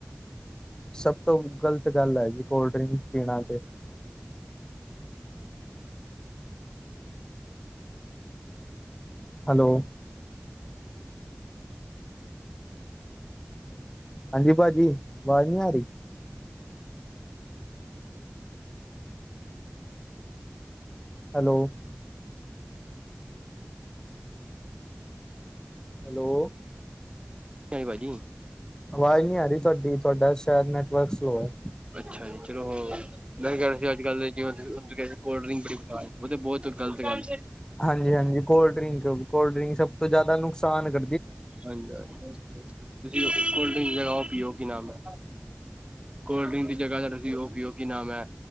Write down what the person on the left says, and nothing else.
ਸਭ ਤੋਂ ਗਲਤ ਗੱਲ ਐ ਜੀ, ਕੋਲਡ ਡਰਿੰਕ ਪੀਣਾ ਤੇ ਹੈਲੋ। ਹਾਂਜੀ ਭਾਜੀ, ਆਵਾਜ਼ ਨੀ ਆ ਰਹੀ। ਹੈਲੋ। ਹੈਲੋ।
ਆਵਾਜ਼ ਨਹੀਂ ਆ ਰਹੀ ਤੁਹਾਡੀ, ਤੁਹਾਡਾ ਸ਼ਾਇਦ ਨੈਟਵਰਕ ਸਲੋ ਹੈ
ਹਾਂਜੀ-ਹਾਂਜੀ। ਕੋਲਡ ਡਰਿੰਕ, ਕੋਲਡ ਡਰਿੰਕ ਸਭ ਤੋਂ ਜ਼ਿਆਦਾ ਨੁਕਸਾਨ ਕਰ